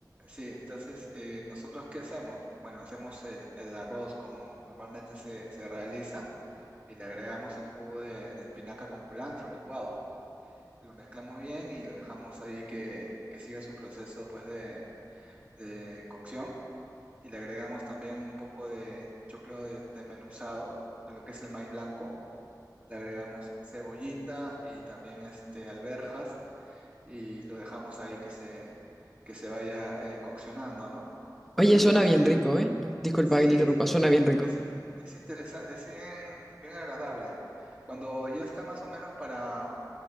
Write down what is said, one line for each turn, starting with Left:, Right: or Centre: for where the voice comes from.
Right: sí, entonces, eh, ¿nosotros qué hacemos? Bueno, hacemos el, el arroz como normalmente se, se realiza y le agregamos el jugo de, de espinaca con culantro licuado. Lo mezclamos bien y lo dejamos ahí que, que siga su proceso pues, de, de cocción y le agregamos también un poco de choclo de- desmenuzado, lo que es el maíz blanco. Le agregamos cebollita y también este, alverjas y lo dejamos ahí que se, que se vaya eh, coccionando, ¿no? Cuando
Centre: Oye,
Right: ya
Centre: suena
Right: está medio...
Centre: bien rico, ¿eh? Disculpa
Right: Sí,
Centre: que te interrumpa,
Right: sí, sí,
Centre: suena bien rico.
Right: es, in- es interesante, es bien, bien agradable. Cuando ya está más o menos para,